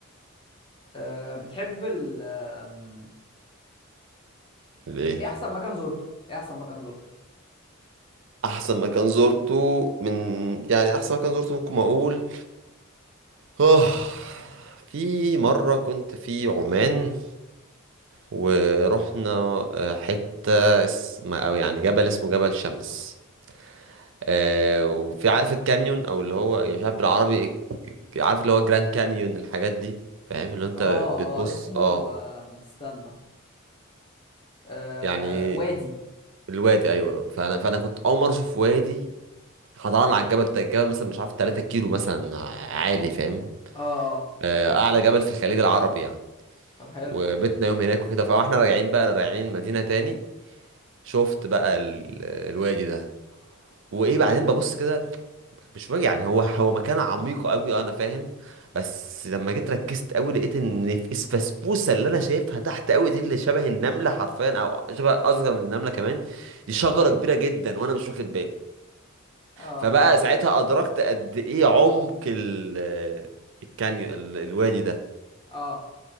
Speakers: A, on the left; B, on the right.
A: أه بتحب ال آم،
B: الايه
A: ايه احسن مكان زرته ايه احسن مكان زرته
B: احسن مكان زرته من يعني احسن مكان زرته ممكن اقول اه في مرة كنت في عمان ورحنا آه، حتة اسم أو يعني جبل اسمه جبل شمس آه، وفي عارف الكانيون أو اللي هو يعني مش عارف بالعربي إيه- عارف اللي هو جراند كانيون الحاجات دي فاهم اللي هو أنت
A: اه
B: بتبص
A: اه اسمه
B: اه
A: آم، استنى أه
B: يعني
A: وادي
B: الوادي أيوه فأنا فأنا كنت أول مرة أشوف وادي طبعا على الجبل ده الجبل مثلا مش عارف 3 كيلو مثلا آه، عالي فاهم
A: اه اه
B: آه، أعلى جبل في الخليج العربي يعني
A: طب حلو
B: وبيتنا يوم هناك وكده فاحنا راجعين بقى راجعين المدينة تاني شفت بقى ال- الوادي ده وايه بعدين ببص كده مش فاهم يعني هو هو مكان عميق قوي انا فاهم بس لما جيت ركزت قوي لقيت ان في الفسفوسه اللي انا شايفها تحت قوي دي اللي شبه النمله حرفيا او شبه اصغر من النمله كمان دي شجره كبيره جدا وانا مش واخد بالي
A: اه
B: فبقى ساعتها ادركت قد ايه عمق ال الكانيون ال- الوادي ده
A: اه